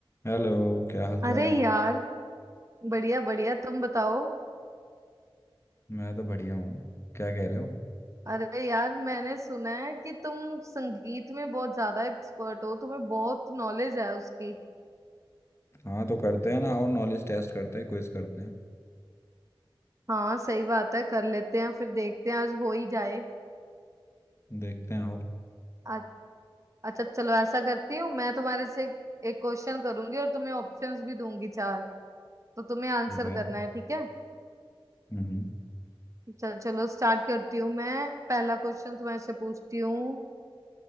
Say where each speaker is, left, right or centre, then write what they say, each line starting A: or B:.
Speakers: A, on the left (about 30°); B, on the right (about 35°).
A: Hello क्या हाल
B: अरे
A: चाल
B: यार बढ़िया बढ़िया तुम बताओ
A: मैं तो बढ़िया हूँ क्या कह रहे हो
B: अरे यार मैंने सुना है कि तुम संगीत में बहुत ज्यादा एक्सपर्ट हो तुम्हें बहुत नॉलेज है उसकी
A: हाँ तो करते हैं ना आओ नॉलेज टेस्ट करते हैं क्विज करते हैं
B: हाँ सही बात है कर लेते हैं फिर देखते हैं आज हो ही जाए
A: देखते हैं आओ
B: आ, अच्छा चलो ऐसा करती हूँ मैं तुम्हारे से एक क्वेश्चन करूंगी और तुम्हें ऑप्शंस भी दूंगी चार तो तुम्हें आंसर
A: ठीक है
B: करना है ठीक है
A: हम्म
B: चल चलो स्टार्ट करती हूँ मैं पहला क्वेश्चन तुम्हारे से पूछती हूँ